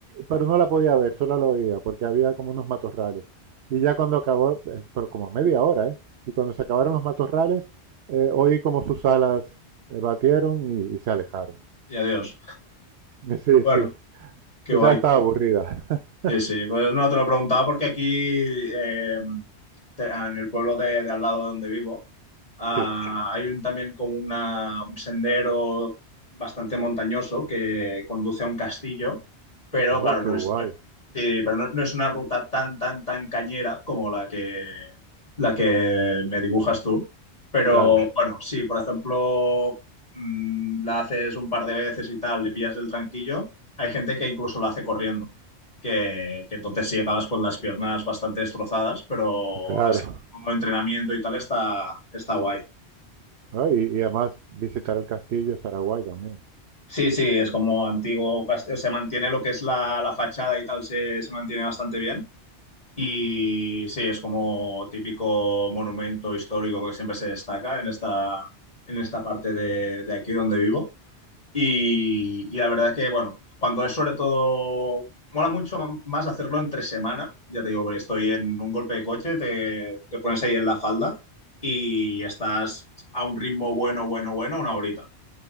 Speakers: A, on the right; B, on the left.
A: pero no la podía ver, solo la oía, porque había como unos matorrales. Y ya cuando acabó, eh, pero como media hora, ¿eh? Y cuando se acabaron los matorrales, eh, oí como sus alas eh, batieron y, y se alejaron.
B: Y adiós.
A: Eh, Sí,
B: Bueno,
A: sí.
B: qué
A: Quizás
B: guay.
A: estaba aburrida. <laughs>
B: Sí, sí, pues no te lo preguntaba porque aquí eh, te- en el pueblo de, de al lado de donde vivo ah,
A: Sí.
B: hay un, también como una, un sendero bastante montañoso que conduce a un castillo, pero
A: Oh,
B: claro,
A: qué
B: no
A: guay.
B: es, no- sí, pero no, no es una ruta tan, tan, tan cañera como la que, la que me dibujas tú. Pero
A: Claro,
B: bueno, sí, por ejemplo, mm, la haces un par de veces y tal, le pillas el tranquillo, hay gente que incluso la hace corriendo que, que entonces sí acabas con las piernas bastante destrozadas, pero
A: claro.
B: así como entrenamiento y tal está, está guay.
A: Ah, y, y además visitar el castillo estará guay también.
B: Sí, sí, es como antiguo, cas- se mantiene lo que es la, la fachada y tal, se, se mantiene bastante bien. Y sí, es como típico monumento histórico que siempre se destaca en esta, en esta parte de, de aquí donde vivo. Y, y la verdad que, bueno, cuando es sobre todo, mola mucho más hacerlo entre semana. Ya te digo, porque estoy en un golpe de coche, te, te pones ahí en la falda y estás a un ritmo bueno, bueno, bueno, una horita.